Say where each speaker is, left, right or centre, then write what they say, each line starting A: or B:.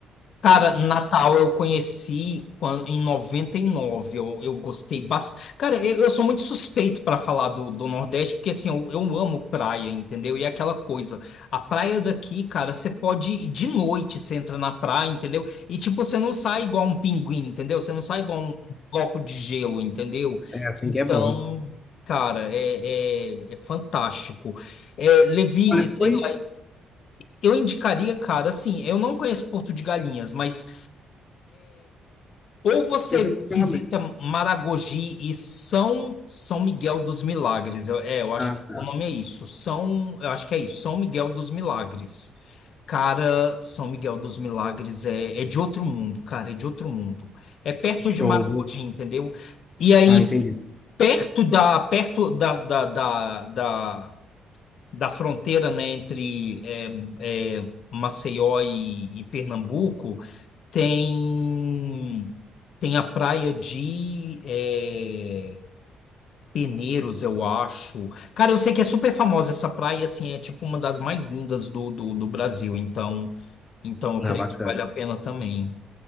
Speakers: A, on the left; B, on the left.
A: Cara, Natal eu conheci quan- em 99 eu, eu gostei bastante. Cara, eu, eu sou muito suspeito para falar do, do Nordeste, porque assim, eu, eu amo praia, entendeu? E é aquela coisa, a praia daqui, cara, você pode ir de noite, você entra na praia, entendeu? E tipo, você não sai igual um pinguim, entendeu? Você não sai igual um bloco de gelo, entendeu?
B: É assim
A: Então,
B: que é bom.
A: cara, é, é, é fantástico. É, Levi,
B: Olha, foi.
A: sei lá, eu indicaria, cara, assim, eu não conheço Porto de Galinhas, mas ou você
B: Eu sei que foi
A: visita
B: lá mesmo.
A: Maragogi e São São Miguel dos Milagres. Eu- é, eu acho
B: Ah,
A: que
B: tá.
A: o nome é isso. São, eu acho que é isso. São Miguel dos Milagres. Cara, São Miguel dos Milagres é, é de outro mundo, cara, é de outro mundo. É perto
B: Show.
A: de Maragogi, entendeu? E aí,
B: Ah, entendi.
A: perto da, perto da, da, da, da, da fronteira, né, entre é, é, Maceió e, e Pernambuco, tem, tem a praia de é, Peneiros, eu acho. Cara, eu sei que é super famosa essa praia, assim, é tipo uma das mais lindas do, do, do Brasil, então, então eu creio
B: Ah, bacana.
A: que vale a pena também.